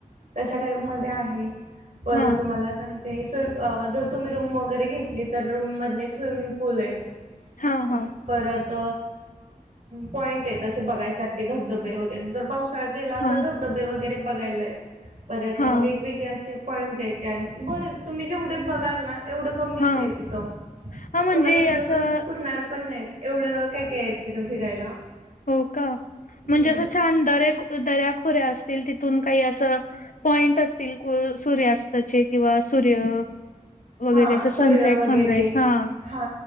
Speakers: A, on the right; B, on the left.
A: तशा टाईप म आहे परत
B: हा
A: तुम्हाला सांग ते स् जर तुम्ही रूम वगैरे घेतली तर रूम मध स्विमिंग पूल आहेत
B: हा हा
A: परत पॉइंट आहे ते बघायसारखे धबधबे वगर जर पावसाळ्यात गेला
B: हा
A: तर धबधबे वगैरे बघायलाय परत
B: हा
A: वेगवेगळे असे पॉईंट आहे त्या आणि बरे तुम्ही जेवढे बघाल ना एवढं कमीच
B: हा
A: आहेत तिथ
B: हा म्हणजे
A: तुम्हाला एक दोन
B: असं
A: दिवस पुरणार पण नाही एवढं काय काय येत तिथं फिरायला
B: हो का
A: हम्म.
B: म्हणजे असं छान दरक दर्याखोऱ्या असतील तिथून काही असं पॉइंट असतील क सूर्य अस त्याचे किंवा सूर्य वगैरे
A: हा
B: अस
A: सूर्य
B: सनसेट
A: वगैरे
B: सनराईज हा
A: हा